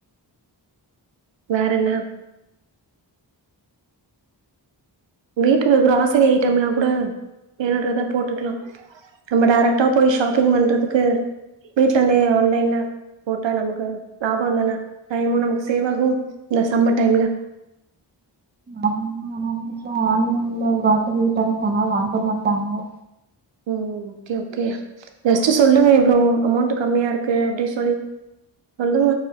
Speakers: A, on the right (about 75°); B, on the right (about 25°).
A: வேறென்ன வீட்டுக்கு கிராசரி ஐட்டம்லா கூட வேணுன்றத போட்டுக்கலா நம்ம டைரக்டா போய் ஷாப்பிங் பண்றதுக்கு வீட்ல இருந்தே ஆன்லைன்ல போட்டா நமக்கு லாபந்தானே டைமு நமக்கு சேவ் ஆகும் இந்த சம்மர் டைம்ல
B: ம்ஹும் ஆனா வீட்ல ஆன்லைன்ல கிராசரி ஐட்டம்ஸ் ஆனா வாங்க மாட்டாங்க
A: ம் ஓகே ஓகே ஜஸ்டு சொல்லுங்க இவ்ளோ அமௌண்ட் கம்மியா இருக்கு அப்டி சொல் சொல்லுங்க